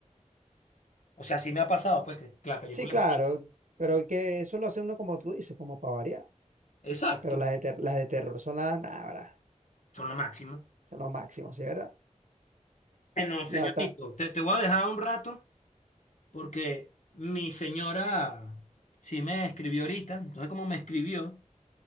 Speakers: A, on the left; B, on the right.
A: O sea, sí me ha pasado, pues, que, que la película.
B: Sí, claro, pero que eso lo hace uno como tú dices, como para variar.
A: Exacto,
B: Pero las de, ter- las de terror son las, nada,
A: son lo máximo.
B: son lo máximo, ¿sí, verdad?
A: Bueno, señorito,
B: La ta-
A: te, te voy a dejar un rato porque mi señora sí me escribió ahorita. Entonces, como me escribió,